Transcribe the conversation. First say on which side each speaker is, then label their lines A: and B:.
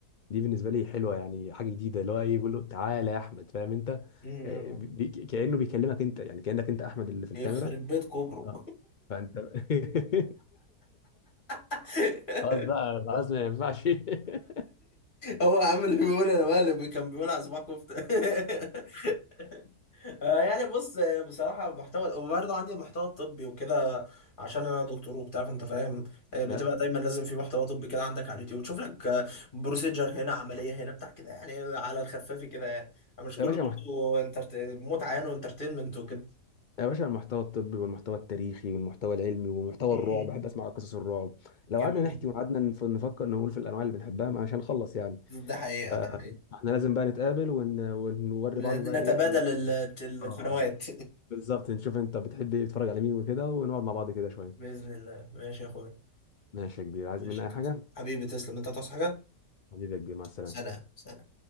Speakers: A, on the left; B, on the left.
A: دي بالنسبه لي حلوه يعني حاجه جديده اللي هو إيه، بيقول له تعالى يا احمد فاهم انت
B: أمم.
A: آه، بي بي- كانه بيكلمك انت يعني كانك انت احمد اللي في الكاميرا
B: يخرب بيت كوبرو
A: اه فانت <laughs>
B: <laughs>
A: خلاص بقى خلاص ما ينفعش <laughs>
B: هو عامل ايه بيقول انا مقلب كان بيقول على صباع كفته <laughs> آه، يعني بص آه، بصراحة محتوى وبرضه عندي محتوى طبي وكده عشان أنا دكتور وبتاع فأنت فاهم آه، بتبقى
A: يا
B: دايما لازم في محتوى طبي كده عندك على اليوتيوب تشوف لك آه، بروسيجر هنا عملية هنا بتاع كده يعني على الخفاف كده يعني مش
A: يا
B: كله
A: باشا
B: برضه انترت... متعة يعني وانترتينمنت وكده
A: يا باشا المحتوى الطبي والمحتوى التاريخي والمحتوى العلمي ومحتوى
B: مم.
A: الرعب بحب اسمع قصص الرعب
B: جميل
A: لو قعدنا نحكي وقعدنا نف- نفكر نقول في الانواع اللي بنحبها ما- مش هنخلص يعني
B: ده حقيقة
A: فاحنا
B: ده حقيقة
A: لازم بقى نتقابل ون... ونوري
B: ن-
A: بعض بقى ايه
B: نتبادل
A: ال-
B: ال- القنوات
A: اه بالظبط نشوف انت بتحب ايه تتفرج على مين وكده ونقعد مع بعض كده
B: <laughs>
A: شويه
B: بإذن الله ماشي يا أخويا
A: ماشي يا كبير عايز
B: ماشي
A: مني اي حاجه
B: حبيبي تسلم أنت تصحى حاجة
A: حبيبي يا كبير مع السلامه
B: سلام سلام